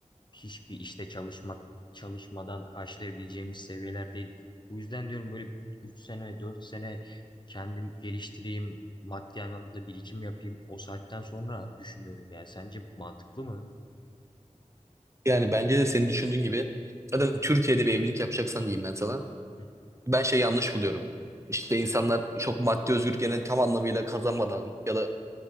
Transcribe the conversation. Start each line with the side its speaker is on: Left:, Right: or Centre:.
Left: Hiçbir işte çalışmak çalışmadan karşılayabileceğimiz seviyeler değil. Bu yüzden diyorum böyle 3 sene 4 sene kendim geliştireyim. Maddi anlamda da birikim yapayım. O saatten sonra düşünüyorum yani. Sence bu mantıklı mı?
Right: Yani bence de senin düşündüğün gibi zaten Türkiye'de bir evlilik yapacaksan diyeyim ben sana.
Left: Hı hı.
Right: Ben şey yanlış buluyorum. İşte insanlar çok maddi özgürlüklerini tam anlamıyla kazanmadan ya da